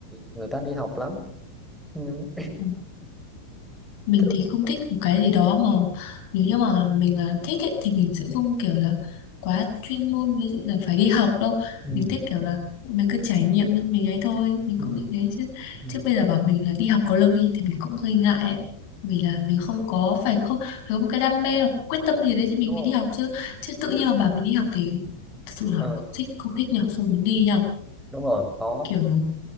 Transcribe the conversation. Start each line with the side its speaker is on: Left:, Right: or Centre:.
Centre: người ta đi học lắm nhưng
Left: Ừ. mình
Centre: thường
Left: thì không thích một cái gì đó mà nếu như mà mình là thích ấy, thì mình sẽ không kiểu là quá chuyên môn ví dụ là phải đi học đâu
Centre: ừ.
Left: mình thích kiểu là mình cứ trải nghiệm nhưng mình ấy thôi mình
Centre: Ừ.
Left: cũng bị thế chứ
Centre: Ừ.
Left: chứ bây giờ bảo mình là đi học có lương đi thì mình cũng hơi ngại ấy. vì là mình không có phải không có một cái đam mê hoặc quyết tâm gì đấy thì mình
Centre: Đúng
Left: mới
Centre: rồi.
Left: đi học chứ chứ tự nhiên mà bảo mình đi học thì thật sự là
Centre: Ờ,
Left: không thích không thích nhở không muốn đi nhở
Centre: đúng rồi có
Left: kiểu